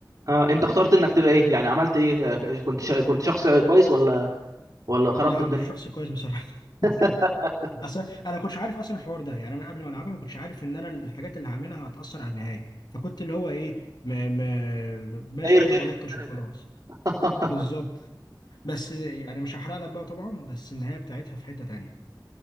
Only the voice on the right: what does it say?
اه انت اخترت انك تبقى ايه يعني عملت ايه آه، كنت ش... كنت شخص كويس ولا ولا خربت
الدنيا
<laughs>
خير
تاني
في خلق
الله <laughs>